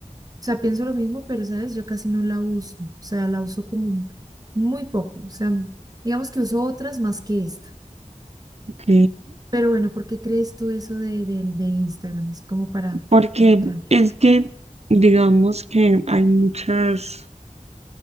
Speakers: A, on the right; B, on the right.
A: sea, pienso lo mismo, pero sabes, yo casi no la uso, o sea, la uso como muy poco, o sea, digamos que uso otras más que esta.
B: Ok,
A: Pero bueno, ¿por qué crees tú eso de, de, de Instagram? Así como para
B: porque
A: entrar.
B: es que digamos que hay muchas,